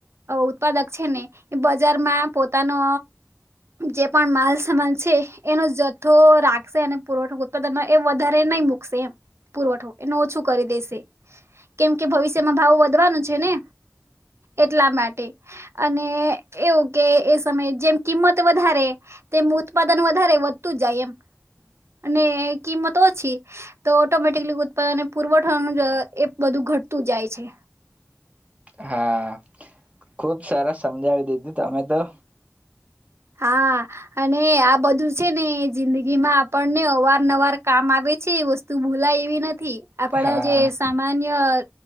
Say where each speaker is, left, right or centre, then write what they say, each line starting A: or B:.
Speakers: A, on the right; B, on the right.
A: ઉત્પાદક છે ને એ બજારમાં પોતાનો જે પણ માલ સમાન છે એનો જથ્થો રાખશે અને પુરવઠો ઉત્પાદનમાં એ વધારે નહી મુૂકશે એમ પુરવઠો એનું ઓછું કરી દેશે કેમ કે ભવિષ્યમાં ભાવ વધવાનું છે ને. એટલા માટે અને એવું કે એ સમયે જેમ કિંમત વધારે તેમ ઉત્પાદન વધારે વધતું જાય એમ અને કિંમત ઓછી તો ઓટોમેટિકલી ઉત્પાદન પુરવઠાનું જ એ બધું ઘટતું જાય છે.
B: હા ખુબ સરસ સમજાવી દીધું તમે તો
A: હા અને આ બધું છે ને જિંદગી માં આપણને અવાર નવાર કામ આવે છે વસ્તુ ભૂલાય એવી નથી. આપડા
B: હા
A: જે સામાન અન